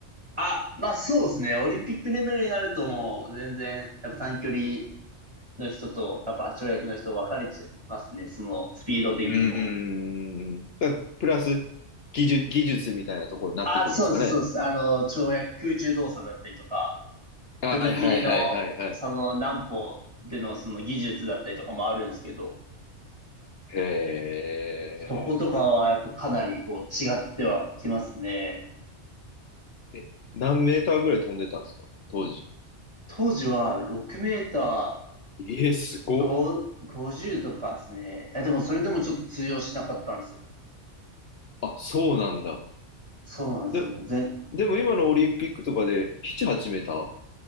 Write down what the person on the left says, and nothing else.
うーん。だ、プラス、技術、技術みたいなところになってくるんですかね。
はいはいはいはいはい。
へ
ーえ。何メーターぐらい飛んでたんですか当時。
ええ、すごっ。
あ、そうなんだ。
で、
でも今のオリンピックとかでチ8メーター